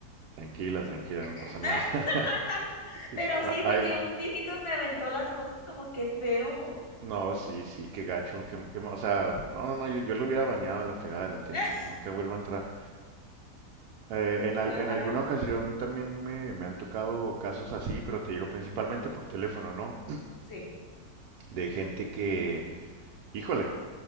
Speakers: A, on the right (about 80°); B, on the left (about 20°).
A: tranquila, tranquila, no
B: <laughs>
A: pasa nada. <laughs> Dije,
B: Pero sí,
A: "Ah,
B: porque
A: Ay,
B: un viejito me aventó las cosas como que feo.
A: no, sí, sí, qué gacho, qué, qué ma- o sea, no, no, no, yo, yo lo hubiera baneado a la fregada de la tienda,
B: <laughs>
A: que no, que vuelva a entrar. Eh, en, al-
B: Ajá,
A: en alguna ocasión también me, me han tocado casos así, pero te digo principalmente por teléfono, ¿no?
B: sí,
A: <clears throat> De gente que, Híjole,